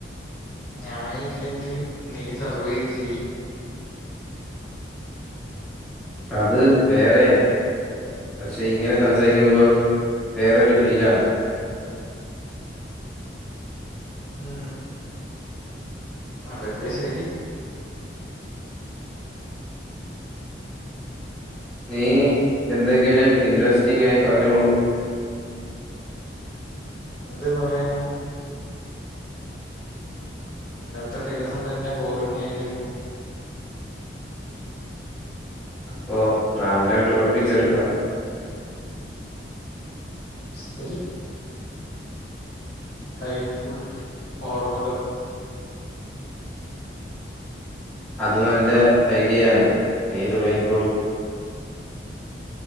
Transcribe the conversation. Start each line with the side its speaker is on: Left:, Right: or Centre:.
Left: ഞാൻ ഇല്ലെങ്കിൽ നീ സർവേവ് ചെയ്യും.
Centre: അത് വേറെയ പക്ഷെ ഇങ്ങനെ സംസാരിക്കുമ്പോൾ വേറൊരു ഫീലാണ്.
Left: ഉം അതൊക്കെ ശെരി.
Centre: നീ എന്തെങ്കിലും ഇൻഡ്രേസ്റ്റിംങ്ങായി പറഞ്ഞോളൂ.
Left: എന്ത് പറയണം? ഇന്നെത്തെ ദിവസംതന്നെ ബോറിംങ്ങ് ആയിരുന്നു.
Centre: അപ്പൊ റാന്റെം ടോപ്പിക്സ്എടുക്കാ.
Left: ശെരി ചൈൽഡ്ഫുൾ ഓർമ്മകൾ
Centre: അത് നല്ലെ ഐഡിയാണ് നീ തുടങ്ങിക്കോളൂ.